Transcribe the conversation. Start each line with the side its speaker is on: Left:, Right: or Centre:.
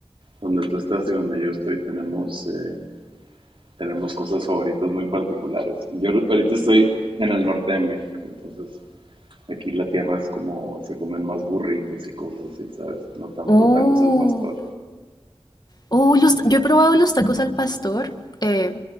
Right: donde tú estás y donde yo estoy tenemos, eh, tenemos cosas favoritas muy particulares. Yo ahorita estoy en el norte de México, entonces aquí la tierra es como se comen más burritos y cosas así, ¿sabes? No tanto
Left: Oh.
Right: tacos al pastor.
Left: Uh, los- yo he probado los tacos al pastor, eh,